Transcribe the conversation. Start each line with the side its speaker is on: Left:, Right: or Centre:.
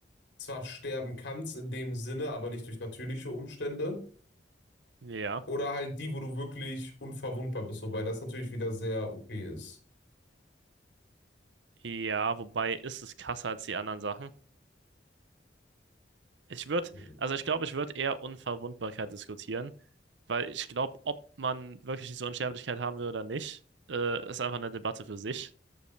Left: zwar sterben kannst in dem Sinne, aber nicht durch natürliche Umstände.
Right: Ja.
Left: Oder halt die, wo du wirklich unverwundbar bist, wobei das natürlich wieder sehr OP ist.
Right: Ja, wobei ist es krasser als die anderen Sachen? Ich würde,
Left: Mhm.
Right: also ich glaube, ich würde eher Unverwundbarkeit diskutieren, weil ich glaube, ob man wirklich diese Unsterblichkeit haben will oder nicht, äh, ist einfach eine Debatte für sich,